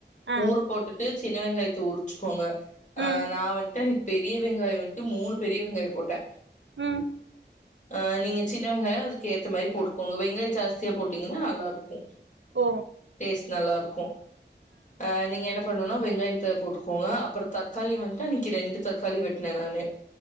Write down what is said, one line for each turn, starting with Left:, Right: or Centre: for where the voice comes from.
Right: ஆ
Left: ஊறப் போட்டுட்டு சின்ன வெங்காயத்த உரிச்சுக்கோங்க அ
Right: ம்
Left: நா வந்ட்டு அன்னிக் பெரிய வெங்காயொ வந்ட்டு மூணு பெரிய வெங்காயொ போட்டே
Right: ம்
Left: ஆ நீங்க சின்ன வெங்காயொ அதுக்கு ஏத்த மாரி போட்டுக்கோங்க வெங்காயொ ஜாஸ்தியா போட்டீங்கன்னா நல்லாருக்கு
Right: ஓ
Left: ஸ்ட் நல்லாருக்கு ஆ நீங்க என்ன பண்ணு னொ வெங்காயத்த போட்டுக்கோங்க அப்புறொ தக்காளி வந்ட்டு அன்னிக்கி ரெண்டு தக்காளி வெட்ன நானு